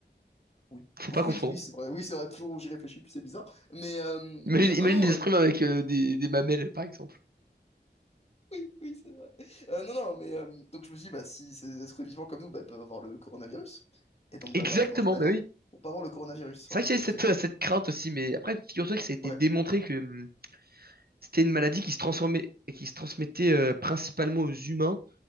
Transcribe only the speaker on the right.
Faut
pas confondre.
Imagine,
imagine
des esprits
avec euh, des, des mamelles, par exemple.
Exactement,
mais
oui.
C'est
vrai que
j'ai cette,
euh, cette crainte aussi, mais après, figure-toi que ça a été
démontré que hum, c'était une maladie qui se transformait, qui se transmettait euh, principalement aux humains